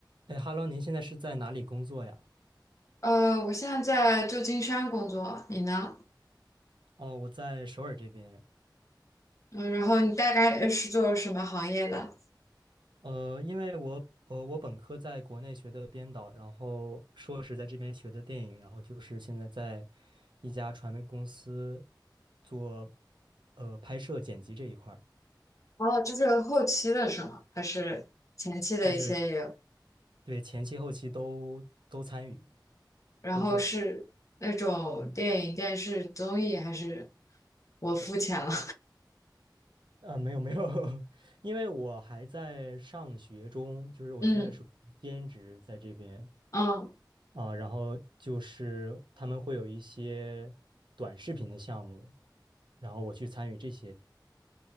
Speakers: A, on the right; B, on the left.
A: 哎，Hello，您现在是在哪里工作呀？
B: 呃，我现在在旧金山工作，你呢？
A: 哦，我在首尔这边。
B: 嗯，然后你大概是做什么行业的？
A: 呃，因为我呃我本科在国内学的编导，然后硕士在这边学的电影，然后就是现在在一家传媒公司做呃拍摄剪辑这一块儿，
B: 哦，就是后期的是吗？还是前期的一些也有？
A: 就是对前期后期都都参与
B: 然后是那种电影、
A: 都做。
B: 电视、综艺，还是我肤浅了？
A: 呃，没有没有，<laughs> 因为我还在上学中，就是我现在是兼职在这边。
B: <laughs> 嗯嗯，
A: 啊，然后就是他们会有一些短视频的项目，然后我去参与这些。